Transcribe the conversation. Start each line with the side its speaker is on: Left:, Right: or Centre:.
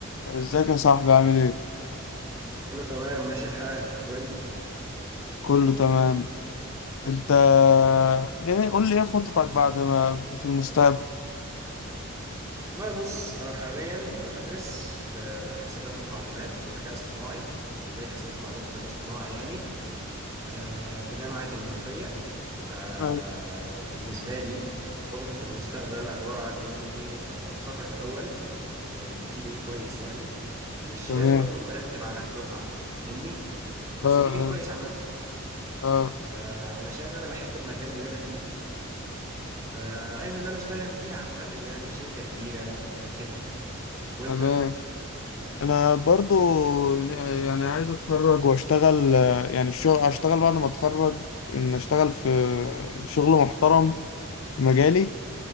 Left: ازيك يا صاحبي عامل ايه؟
Right: كله تمام ماشي الحال وانت
Left: كله تمام انت يعني قول لي ايه خططك بعد ما في المستقبل
Right: والله بص انا حاليا انا بدرس في حاسبات ومعلومات وذكاء اصطناعي كلية حاسبات ومعلومات وذكاء اصطناعي يعني آه، في جامعة المنوفية فبالنسبة
Left: آه،
Right: لي خططي في المستقبل عبارة عن اني آه، اتخرج الاول بجي بي اي كويس يعني مش
Left: تمام
Right: لازم اكون مرتب على الدفعة فاهمني بس
Left: آه، آه،
Right: جي بي اي كويس عامة
Left: آه،
Right: آه، علشان انا بحب المجال اللي انا فيه فعايز ان انا اشتغل فيه عامة يعني في شركة كبيرة او كده يعني وانت
Left: تمام انا برضو يعني عايز اتخرج واشتغل آه، يعني الشغل اشتغل بعد ما اتخرج ان اشتغل في شغل محترم في مجالي